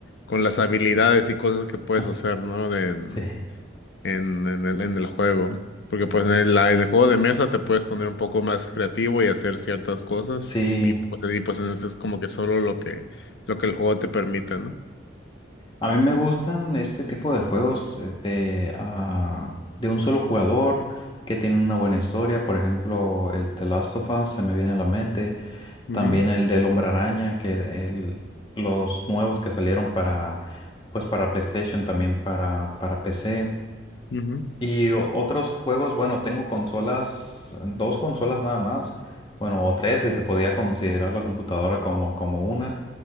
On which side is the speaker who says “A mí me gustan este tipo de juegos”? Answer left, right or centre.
Left